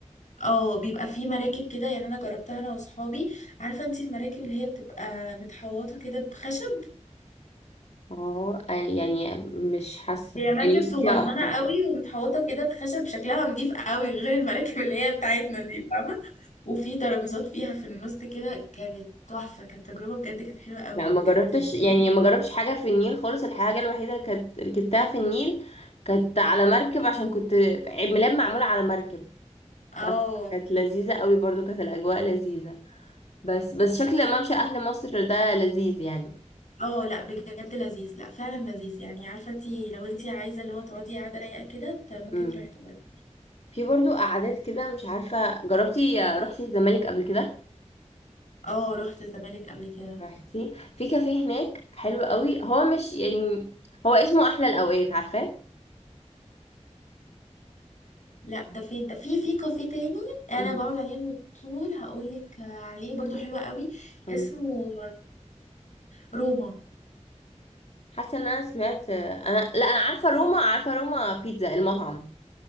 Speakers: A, on the left; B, on the left.
A: اه بيبقى في مراكب كده يعني انا جربتها انا واصحابي عارفه انتي المراكب اللي هي بتبقى متحوطه كده بخشب
B: اه يعني يعني مش حاسة
A: هي
B: يعني
A: مركب
B: مش
A: صغننه
B: فيها اكتر
A: قوي ومتحوطه كده بخشب شكلها نضيف قوي غير المراكب اللي هي بتاعتنا دي فاهمه وفي ترابيزات فيها في النص كده كانت تحفه كانت تجربه بجد كانت حلوه قوي
B: لا ما جربتش
A: كانت الدنيا
B: يعني ما جربتش حاجة في النيل خالص الحاجة الوحيدة اللي كانت ركبتها في النيل كانت على مركب عشان كنت عيد ميلاد معمول على مركب
A: اه
B: فكانت لذيذة قوي برضو كانت الأجواء لذيذة بس بس شكل ممشى أهل مصر ده لذيذ يعني
A: اه لا بجد لذيذ لا فعلا لذيذ يعني عارفه انتي لو انتي عايزه اللي هو تقعدي قاعده رايقه كده ت- ممكن
B: امم
A: تروحي تقعدي
B: في برضو قعدات كده مش عارفة جربتي رحتي الزمالك قبل كده
A: اه رحت الزمالك قبل كده
B: رحتي في كافيه هناك حلو قوي هو مش يعني هو اسمه احلى الاوقات عارفاه
A: لا ده فين ده في في كافيه تاني انا
B: مم.
A: بقعد عليه على طول هقول لك عليه برضو حلو قوي اسمه
B: مم.
A: روما
B: حاسه ان انا سمعت انا لا انا عارفه روما عارفه روما بيتزا المطعم